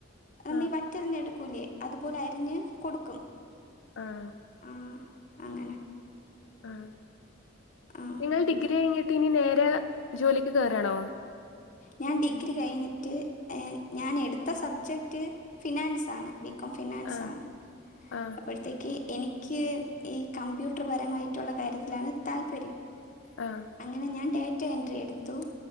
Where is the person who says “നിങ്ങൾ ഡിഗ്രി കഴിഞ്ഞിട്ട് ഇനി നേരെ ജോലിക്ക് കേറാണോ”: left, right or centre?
Left